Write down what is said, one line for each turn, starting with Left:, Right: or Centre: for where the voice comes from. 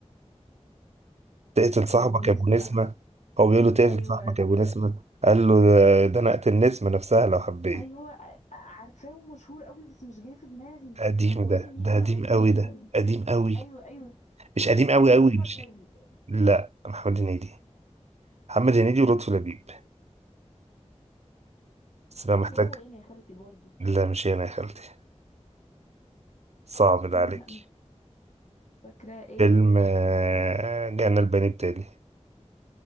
Right: تقتل صاحبك
Left: يا بو نسمة
Right: يا ابو نسمة هو بيقول له تقتل
Left: ايوه
Right: صاحبك
Left: ده.
Right: يا ابو نسمة قال له آه، ده انا اقتل النسمة نفسها لو حبيت
Left: ايوه آه، عارفاه ومشهور قوي بس مش جاي في دماغي
Right: قديم
Left: طب قول
Right: ده
Left: لي مين
Right: ده
Left: وانا
Right: قديم
Left: اقول لك
Right: قوي
Left: الفيلم
Right: ده قديم قوي
Left: ايوه ايوه
Right: مش قديم قوي قوي
Left: هو احمد
Right: مش
Left: حلمي
Right: لا محمد هنيدي محمد هنيدي ولطفي لبيب بس بقى
Left: ايوه
Right: محتاج
Left: هو هنا يا خالتي برضو
Right: لا مش هنا يا خالتي صعب ده
Left: انت
Right: عليك
Left: لا مش مش فاكراه ايه
Right: فيلم آه، جانا البني التالي